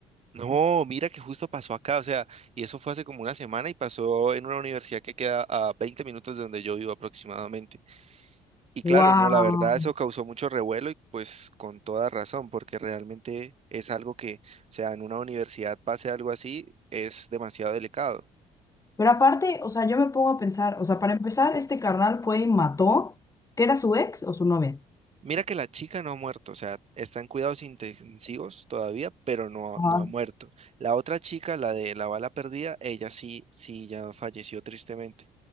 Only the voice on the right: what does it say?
No, mira que justo pasó acá, o sea, y eso fue hace como una semana y pasó en una universidad que queda a 20 minutos de donde yo vivo aproximadamente. Y claro,
no, la verdad eso causó mucho revuelo y pues con toda razón, porque realmente es algo que, o sea, en una universidad pase algo así es demasiado delicado.
Mira que la chica no ha muerto, o sea, está en cuidados intensivos todavía, pero no,
no ha muerto. La otra chica, la de la bala perdida, ella sí, sí ya falleció tristemente.